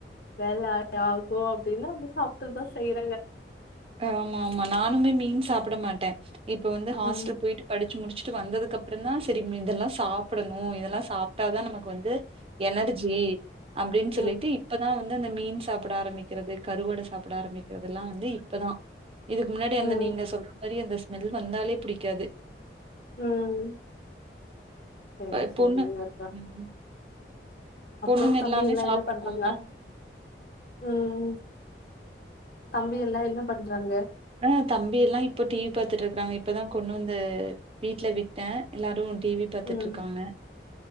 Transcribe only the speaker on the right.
ஆமா ஆமா நானுமே மீன் சாப்ட மாட்டேன் இப்ப வந்து ஹாஸ்டல்
போயிட்டு படிச்சு முடிச்சுட்டு வந்ததுக்கு அப்புறம் தான் சரி இதெல்லாம் சா புடணும் இதெல்லாம் சாப்ட்டாதான் நமக்கு வந்து எனர்ஜி அப்டின் சொல்லிட்டு
இப் பதான் வந்து இந்த மீன் சாப்ட ஆரம்பிக்கறது கருவாடு சாப்ட ஆரம்பிக்கறது தெல்லாம் வந்து இப்பதான் இதுக்கு முன்னாடி அந்த
நீங்க சொல்ற மாரி அந்த ஸ்மெல் வந்தாலே புடிக்காது
ப
பொண்ணு ம்.
பொண்ணுங்க
எல்லாமே
சாப்ட்டுப்பாங்களா?
அ தம்பி எல்லா இப்ப டிவி பாத்துட்டு இருக்றாங்க இப்பதா கொன்னு வந்து வீட்ல விட்ட எல்லாரு டி வி பத்துட்டுருக்காங்க